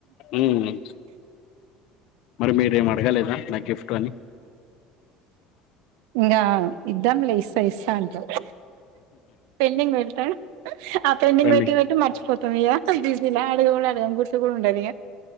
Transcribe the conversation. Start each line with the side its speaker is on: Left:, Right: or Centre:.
Left: మ్ మరి మీరేం అడగలేదా నా గిఫ్ట్ అని
Right: ఇంకా ఇద్దం లే ఇస్తా ఇస్తా అంటాడు. పెండింగ్ పెడతాడు ఆ పెండింగ్
Left: చెప్పండి.
Right: పెట్టి పెట్టి మర్చిపోతాడు. బిజీలో అడగ అడుగ గుర్తు కూడా ఉండదు.